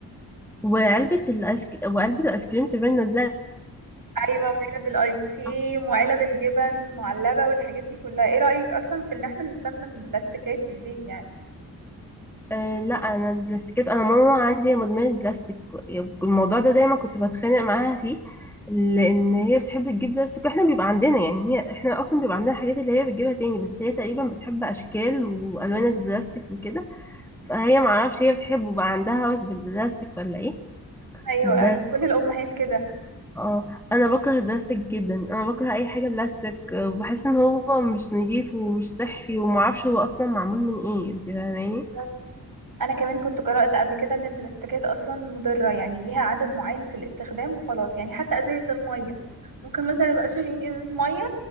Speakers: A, in the centre; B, on the right (about 55°).
A: وعلبة الايس كريم وعلبة الايس كريم تبان الزرقاء
B: ايوه وعلب الايس كريم
A: دي
B: وعلب الجبن المعلبة والحاجات دي كلها ايه رأيك اصلا في ان احنا نستخدم البلاستيكات في البيت يعني
A: أه لا انا البلاستيكات انا ماما عندي مدمنه بلاستيك الموضوع ده دايما كنت بتخانق معاها فيه لان هي بتحب تجيب بلاستيك واحنا بيبقى عندنا يعني هي احنا اصلا بيبقى عندنا حاجات اللي هي بتجيبها تاني بس هي تقريبا بتحب اشكال والوان البلاستيك وكده فهي معرفش هي بتحبه بقى عندها هوس بالبلاستيك ولا ايه
B: ايوه
A: بس
B: ايوه كل الامهات كده
A: اه انا بكره البلاستيك جدا انا بكره اي حاجه بلاستيك آه، وبحس ان هو مش نظيف ومش صحي ومعرفش هو اصلا معمول من ايه انت فاهماني
B: بالظبط. انا كمان كنت قرأت قبل كده ان البلاستيكات اصلا مضرة يعني ليها عدد معين في الاستخدام وخلاص يعني حتى ازايز المية ممكن مثلا نبقى شاريين ازازة مية